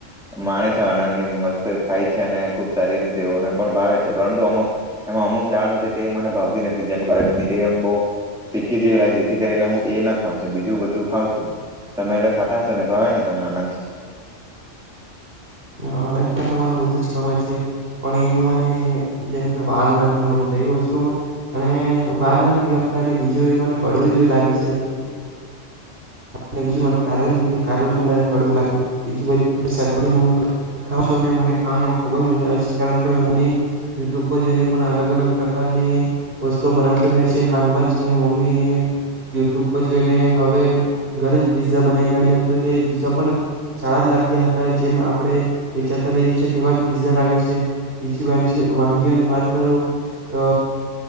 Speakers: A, in the centre; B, on the right.
A: માણે છે આનંદ થી મસ્ત ખાય છે અને ખુબ સારી રીતે તેઓને પણ ભાવે છે પરંતુ અમુક એમાં અમુક દાળ હોય છે તે મને ભાવતી નથી જેમ કે <unintelligible> બઉ ફીકી જેવી લાગે છે જેથી કરીને હું એ ના ખાવં છ બીજું બધું ખાઉં છું તમે ખાતા હશે ને ભાવે ને તમને અનાજ.
B: અનાજમાં તો મને બધું જ ગમે છે પણ એવું મને જેમ કે વાલ નથી ગમતા એ વસ્તુ અને વાલ નથી ગમતા અને બીજું એવું મને કડવું જેવી લાગે છે અને બીજું મને કાર નથી કારેલુ વધારે કડવું લાગે છે બીજુ શાકભાજી હું ખાવ છું મને ખાવાની ખુબ જ મજા આવે છે કારણ કે મમ્મી યુટ્યુબ પર જોઈને પણ અલગ અલગ પ્રકારની વસ્તુ બનાવતી રહે છે હાલમાં જ માં મમ્મી એ યુટ્યુબ પર જોઈને હવે ઘરે જ પીઝા બનાવી કાઢ્યા હતા તે પીઝા પણ સારા જ લાગ્યા જેમ આપણે વેચાતા લઈએ છે તેવા જ પીઝા લાગે છે બીજી <unintelligible> વાનગીઓની વાત કરું તો